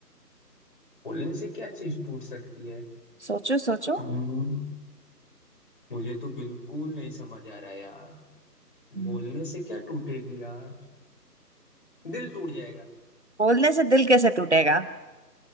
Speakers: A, on the left (about 30°); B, on the right (about 45°).
A: बोलने से क्या चीज टूट सकती है
B: सोचो सोचो
A: हम्म, मुझे तो बिल्कुल नहीं समझ आ रहा यार
B: हम्म।
A: बोलने से क्या टूटेगी यार दिल टूट जाएगा
B: बोलने से दिल कैसे टूटेगा